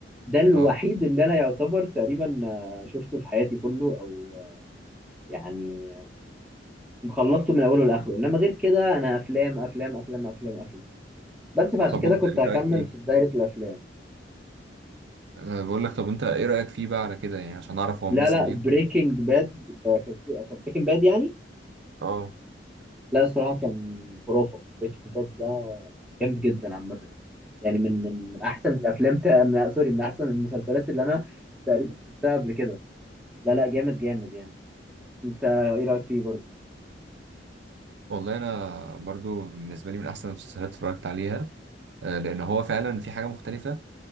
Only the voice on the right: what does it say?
أه
طب
وانت
ايه
رايك فيه
أه بقول لك طب انت ايه رايك فيه بقى على كده يعني عشان اعرف هو
مناسب
ليك
ولا لا
اه
والله انا برضو بالنسبه لي من احسن المسلسلات اتفرجت عليها أه لان هو فعلا في حاجه مختلفه